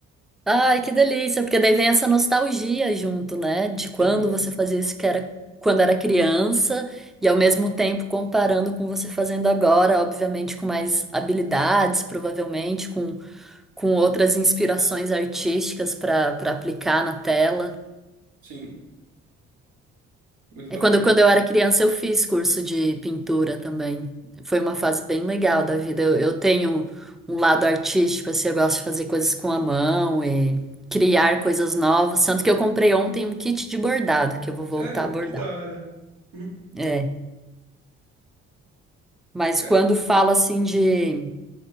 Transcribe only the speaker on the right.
Sim,
sim. Muito
bacana.
Sério?
Que da hora. Uhum,
Caraca.